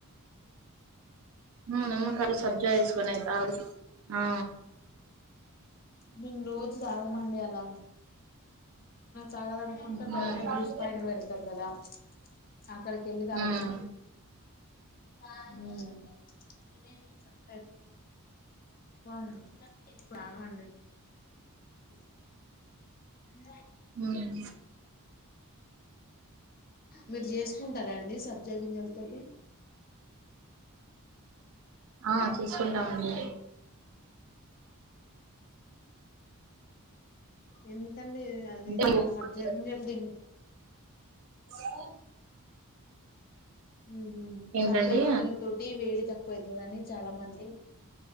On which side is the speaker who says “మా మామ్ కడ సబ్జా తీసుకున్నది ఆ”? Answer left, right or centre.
Right